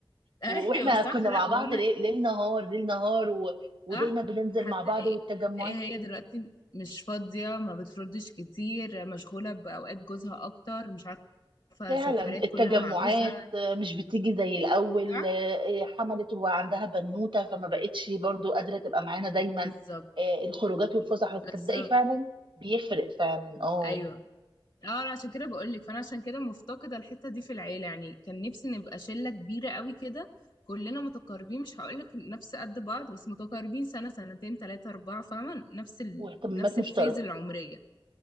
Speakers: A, on the left (about 60°); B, on the right (about 65°).
A: <laughs> ايوه
B: و- واحنا
A: صح
B: كنا
A: لا
B: مع
A: وهم
B: بعض ليل ليل نهار ليل نهار و... ودايما
A: صح
B: بننزل
A: هتلاقي
B: مع بعض والتجمعات
A: هتلاقي هي دلوقتي مش فاضية ما بتردش كتير مشغولة بأوقات جوزها أكتر مش عارفة
B: فعلا
A: سفريات
B: التجمعات
A: كلها مع جوزها
B: آه، مش بتيجي زي الأول
A: صح
B: آه، آه، حملت وعندها بنوتة فما بقتش برضو قادرة تبقى معانا دايما
A: بالظبط
B: آه، الخروجات والفسح بتصدقي
A: بالظبط
B: فعلا بيفرق فعلا اه
A: ايوه اه أنا عشان كده بقولك فانا عشان كده مفتقده الحته دي في العيله يعني كان نفسي نبقى شله كبيره قوي كده كلنا متقاربين مش هقولك نفس قد بعض بس متقاربين سنه سنتين تلاتة اربعة فاهمه نفس ال...
B: واهتمامات
A: نفس
B: مشتركة
A: الفيز العمريه